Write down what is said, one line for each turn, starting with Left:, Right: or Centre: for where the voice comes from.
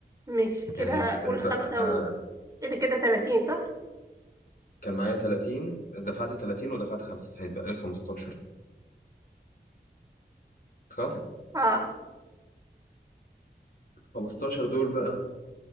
Right: مش كده
Left: يعني هيت-
Right: قول
Left: هيتبقى
Right: خمسة
Left: آه،
Right: و... ايه ده كده 30 صح
Left: كان معايا 30 دفعت 30 ودفعت خمسة هيتبقى لي 15 صح؟
Right: اه
Left: 15 دول بقى